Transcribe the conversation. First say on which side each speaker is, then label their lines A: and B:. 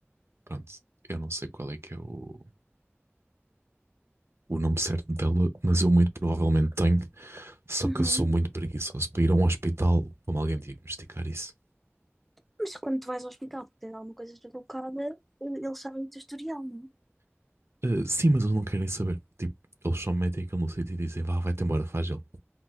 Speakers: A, on the right; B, in the centre.
A: pronto, eu não sei qual é que é o, o nome certo dela, mas eu muito provavelmente tenho, só
B: Uhum.
A: que eu sou muito preguiçoso para ir a um hospital como alguém diagnosticar isso.
B: Mas quando tu vais ao hospital porque tens alguma coisa deslocada, eles sabem o teu historial, não?
A: Ah, sim, mas eles não querem saber. Tipo, eles só metem aquilo no sítio e dizem, vá, vai-te embora, faz ele.